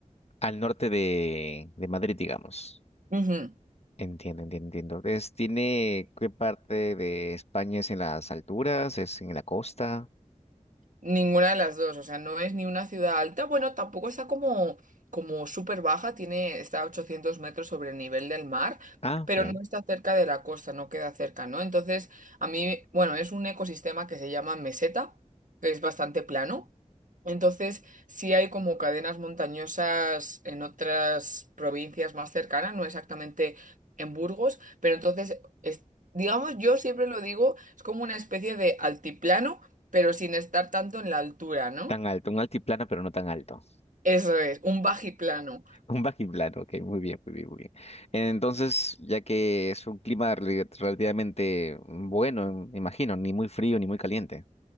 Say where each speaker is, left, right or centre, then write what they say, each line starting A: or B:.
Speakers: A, on the left; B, on the right.
A: Al norte de, de Madrid, digamos.
B: Ujú.
A: Entiendo, entiendo, entiendo. Es- ¿tiene qué parte de España es en las alturas? ¿Es en la costa?
B: Ninguna de las dos, o sea, no es ni una ciudad alta, bueno, tampoco está como, como súper baja, tiene, está a 800 metros sobre el nivel del mar,
A: Ah,
B: pero
A: ok.
B: no está cerca de la costa, no queda cerca, ¿no? Entonces, a mí, bueno, es un ecosistema que se llama meseta, que es bastante plano, entonces sí hay como cadenas montañosas en otras provincias más cercanas, no exactamente en Burgos, pero entonces, es- digamos, yo siempre lo digo, es como una especie de altiplano pero sin estar tanto en la altura, ¿no?
A: Tan alto, un altiplano, pero no tan alto.
B: Eso es, un bajiplano.
A: Un bajiplano, ok, muy bien, muy bien, muy bien. Entonces, ya que es un clima rel- relativamente bueno, me imagino, ni muy frío ni muy caliente.